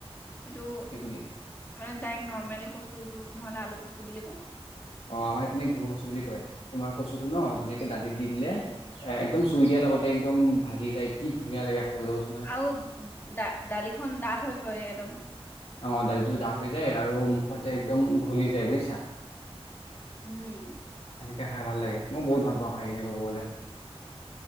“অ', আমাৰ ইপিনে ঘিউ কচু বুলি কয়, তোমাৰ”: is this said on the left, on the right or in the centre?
Left